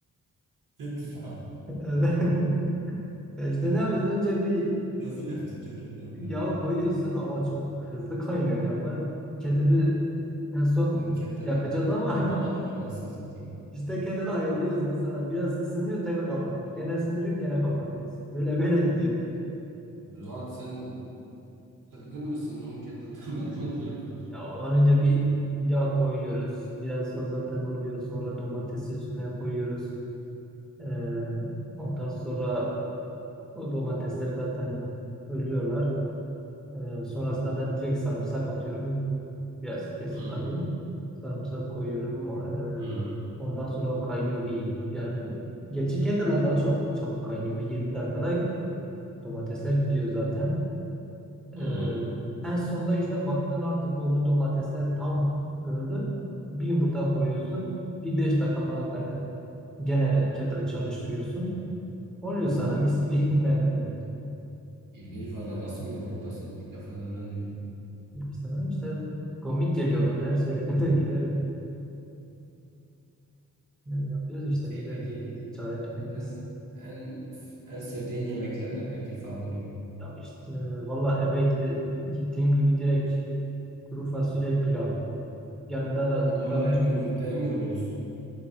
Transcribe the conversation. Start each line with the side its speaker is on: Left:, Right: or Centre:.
Right: Kettle'da.
Centre: Evet. Ya işte
Right: <laughs>
Centre: ne yapıyorsun? Önce bir
Right: Nasıl yaptın kettle'dan menemen?
Centre: yağ koyuyorsun ama çok hızlı kaynıyor ya. Bana Kettle'ı en son
Right: Oğlum kettle
Centre: yakacağız ama
Right: patlamadı
Centre: <laughs>
Right: mı anasını satayım?
Centre: işte Kettle'ı ayarlıyoruz. Mesela biraz ısınıyor tekrar kapatıyoruz. Gene ısındırıyor gene kapatıyoruz. Böyle böyle gidiyor.
Right: Zuhat sen çılgın mısın oğlum? Kettle'dan <laughs> menemen mi yapılır?
Centre: Ya ondan önce bir yağ koyuyoruz. Biraz da zaten oluyor. Sonra domatesi üstüne koyuyoruz. Ee, ondan sonra o domatesler zaten ölüyorlar. Ee, sonrasında ben direkt sarımsak atıyorum. Biraz kesip
Right: Hı.
Centre: tabii. Sarımsak koyuyorum.
Right: Hı.
Centre: Ee, ondan sonra o kaynıyor bir yarım. Gerçi kettle'la daha çok çabuk kaynıyor. Bir 20 dakikada domatesler gidiyor zaten.
Right: Hı.
Centre: Ee, en sonunda işte baktın artık oldu domatesler tam öldü. Bir yumurta koyuyorsun. Bir beş dakika falan kaynat. Gene kettle çalıştırıyorsun. Oluyor sana mis gibi <laughs> menemen.
Right: İlginç valla nasıl bir yokluktasın? İlk defa senden duydum.
Centre: İşte, ben- işte komik geliyor bana. Her söylediğimde <laughs> gülerim. Yani yapıyoruz işte
Right: Şey
Centre: bir de
Right: peki
Centre: çare tükenmez.
Right: en en en sevdiğin yemekler ne peki favori?
Centre: Ya işte valla eve gide, gittiğim gibi direkt kuru fasulye pilav. Yanında da
Right: Oğlum
Centre: pilavın
Right: onu her
Centre: üstünde.
Right: gün yurtta yemiyor muyuz?